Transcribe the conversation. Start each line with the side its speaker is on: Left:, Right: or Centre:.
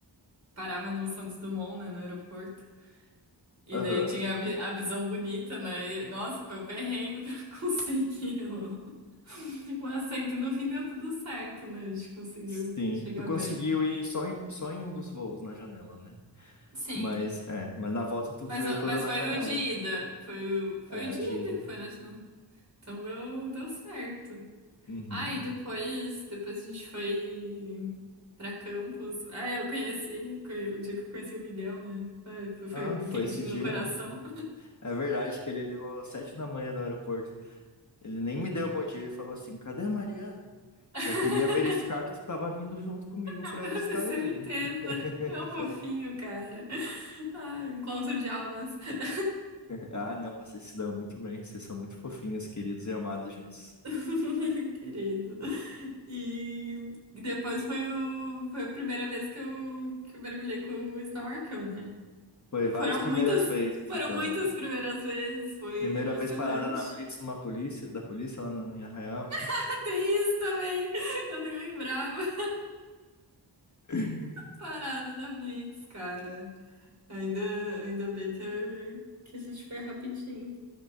Right: parava no Santos Dumont, né, no aeroporto. E
Left: Aham.
Right: daí tinha a, vi- a visão bonita, né? E, nossa, foi um perrengue <laughs> pra conseguir o, o assento. E no fim deu tudo certo, né? A gente conseguiu
Left: Sim,
Right: chegar
Left: tu conseguiu
Right: bem.
Left: ir só em, só em um dos voos na janela, né?
Right: Sim.
Left: Mas é, mas na volta tu
Right: Mas,
Left: veio toda
Right: mas
Left: na
Right: foi
Left: janela,
Right: o de ida.
Left: né?
Right: Foi o, foi
Left: É,
Right: o de
Left: o de
Right: ida
Left: ida.
Right: que foi, né? Não. Então deu, deu certo.
Left: Uhum.
Right: Ah, e depois, depois a gente foi pra Campos. Ah, eu conheci, conhe- o dia que eu conheci o Miguel, né? Ah, foi foi
Left: Ah,
Right: um
Left: foi
Right: quentinho
Left: esse dia.
Right: no coração.
Left: É verdade que ele ligou às sete da manhã no aeroporto. Ele nem me deu bom dia, ele falou assim: cadê a Mariana?
Right: <laughs>
Left: Já queria verificar que tu tava vindo junto comigo
Right: <laughs>
Left: pra
Right: Eu
Left: visitar
Right: tenho certeza.
Left: ele. <laughs>
Right: É
Left: Eu
Right: um fofinho,
Left: falei,
Right: cara. Ah, encontro de almas. <laughs>
Left: Ah, não, vocês se dão muito bem, vocês são muito fofinhos, queridos e amados juntos.
Right: <laughs> Querido. E e depois foi, o, foi a primeira vez que eu, que eu mergulhei com o snorkel, né?
Left: Foi várias
Right: Foram
Left: primeiras
Right: muitas,
Left: vezes,
Right: foram
Left: então,
Right: muitas
Left: né?
Right: primeiras vezes. Foi
Left: Primeira
Right: emocionante.
Left: vez parada na Blitz
Right: <laughs>
Left: numa polícia, da polícia lá na- em Arraial.
Right: Ah, Tem isso também. Eu nem lembrava.
Left: <laughs>
Right: Parada na Blitz, cara. Ainda, ainda bem que, que a gente foi rapidinho.